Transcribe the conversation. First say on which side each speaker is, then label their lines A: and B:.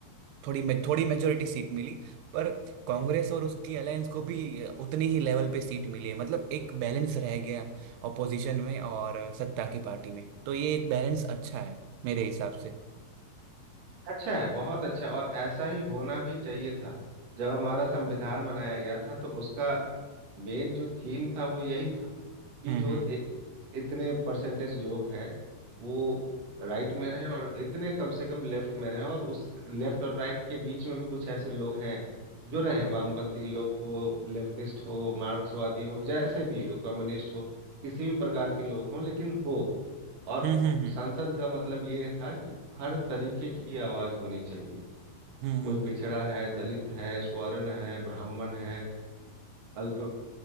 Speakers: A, on the right; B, on the right.
A: थोड़ी मे- थोड़ी मेजोरिटी सीट मिली पर कांग्रेस और उसकी अलायंस को भी उतनी ही लेवल पे सीट मिली है मतलब एक बैलेंस रह गया ऑपोजिशन में और सत्ता की पार्टी में तो ये एक बैलेंस अच्छा है मेरे हिसाब से
B: अच्छा है बहुत अच्छा और ऐसा ही होना भी चाहिए था जब हमारा संविधान बनाया गया था तो उसका मेन जो थीम था वो यही था कि
A: हम्म
B: जो
A: हम्म
B: इ, इतने परसेंटेज लोग हैं वो राइट में रहे और इतने कम से कम लेफ्ट में रहे और उस लेफ्ट और राइट के बीच में भी कुछ ऐसे लोग हैं जो रहे वामपंथी लोग हो लेफ्टिस्ट हो मार्क्सवादी हो जैसे भी हो कम्युनिस्ट हो किसी भी प्रकार के लोग हों लेकिन हो और
A: हम्म हम्म हम्म
B: संसद का मतलब ये था कि हर तरीके की आवाज होनी चाहिए
A: हम्म हम्म
B: कोई पिछड़ा
A: हम्म
B: है दलित है स्वर्ण है ब्राह्मण है अल्प